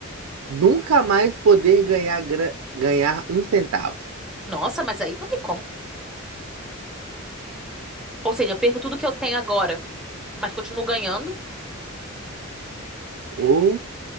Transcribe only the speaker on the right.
nunca mais poder ganhar, gra- ganhar um centavo?
Ou